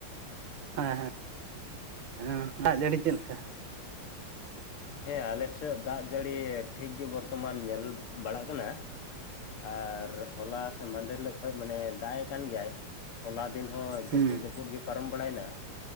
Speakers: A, on the right (about 65°); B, on the left (about 85°).
A: ᱦᱮᱸ ᱦᱮᱸ ᱫᱟᱜ ᱡᱟᱹᱲᱤ ᱪᱮᱫ ᱞᱮᱠᱟ? <inaudible>
B: ᱦᱮᱸ ᱟᱞᱮ ᱥᱮᱫ ᱫᱟᱜ ᱡᱟᱹᱲᱤ ᱴᱷᱤᱠ ᱜᱮ ᱵᱚᱨᱛᱚᱢᱟᱱ ᱧᱮᱞ ᱵᱟᱲᱟᱜ ᱠᱟᱱᱟ᱾ ᱟᱨ ᱦᱚᱞᱟ ᱥᱮ ᱢᱟᱦᱫᱮᱨ ᱦᱤᱞᱳᱜ ᱠᱷᱚᱱ ᱢᱟᱱᱮ ᱫᱟᱜ ᱮ ᱠᱟᱱ ᱜᱮᱭᱟᱭ ᱦᱚᱞᱟ ᱫᱤᱱ ᱦᱚᱸ
A: ᱦᱩᱸ
B: ᱡᱟᱹᱯᱩ ᱡᱟᱹᱯᱩᱫ ᱜᱮ ᱯᱟᱨᱚᱢ ᱵᱟᱲᱟᱭᱱᱟ